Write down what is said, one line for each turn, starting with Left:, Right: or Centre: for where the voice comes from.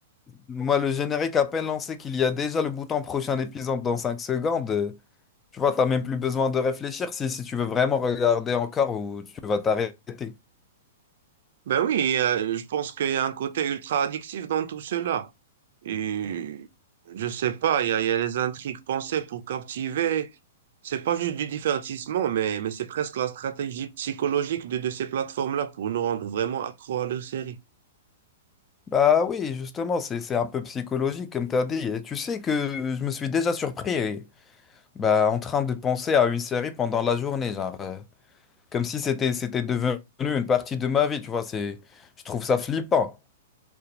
Left: Moi, le générique à peine lancé qu'il y a déjà le bouton prochain épisode dans 5 secondes, euh, tu vois, t'as même plus besoin de réfléchir si, si tu veux vraiment regarder encore ou tu vas t'arrêter.
Right: Ben oui, euh, je pense qu'il y a un côté ultra addictif dans tout cela. Et je sais pas, il y a, il y a les intrigues pensées pour captiver. C'est pas juste du divertissement, mais, mais c'est presque la stratégie psychologique de, de ces plateformes-là pour nous rendre vraiment accro à leur série.
Left: Bah oui, justement, c'est, c'est un peu psychologique, comme t'as dit. Et tu sais que je me suis déjà surpris, eh, bah, en train de penser à une série pendant la journée, genre, euh, comme si c'était, c'était devenu une partie de ma vie, tu vois, c'est, je trouve ça flippant.